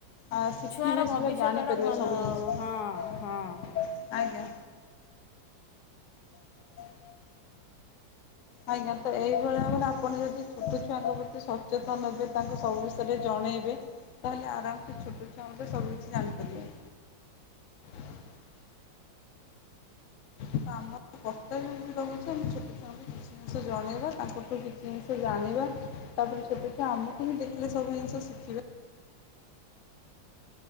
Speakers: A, on the left; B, on the left.
A: ଆ ଶିଖିବେ।
B: ଛୁଆର ଭବିଷ୍ୟତ
A: ସେ ଜାଣିପାରିବେ
B: ଟା ଭଲ
A: ସବୁ ଜିନିଷ।
B: ହବ ହଁ ହଁ।
A: ଆଜ୍ଞା। ହ <unintelligible> ଆଜ୍ଞା ତ ଏଇଭଳିଆ ଭାବରେ ଆପଣ ଯଦି ଛୋଟ ଛୁଆଙ୍କ ପ୍ରତି ସଚେତନ ନେବେ ତାଙ୍କୁ ସବୁ ବିଷୟରେ ଜ ଣେଇବେ ତାହେଲେ ଆରାମ୍ ସେ ଛୋଟ ଛୁଆ ମଧ୍ୟ ସବୁକିଛି ଜାଣିପାରିବେ । <unintelligible> ତ ଆମର ତ କର୍ତ୍ତବ୍ୟ ବି ରହୁଛି ଆମେ ଛୋଟ ଛୁଆଙ୍କୁ କିଛି ଜିନିଷ ଜଣେଇବା ତାଙ୍କଠୁ କିଛି ଜିନିଷ ଜାଣ ଣିବା ତାପରେ ଛୋଟ ଛୁଆ ଆମକୁ ହିଁ ଦେଖିଲେ ସବୁ ଜିନିଷ ଶିଖିବେ।